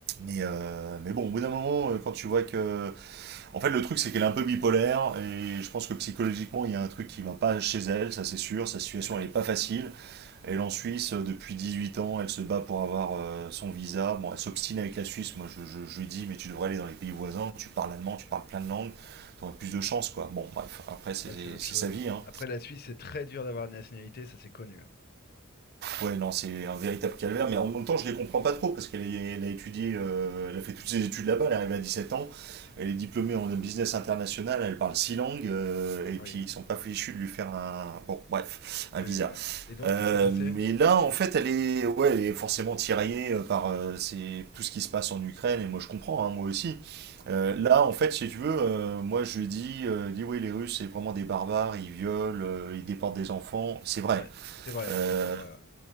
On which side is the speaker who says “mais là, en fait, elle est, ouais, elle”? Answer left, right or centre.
Right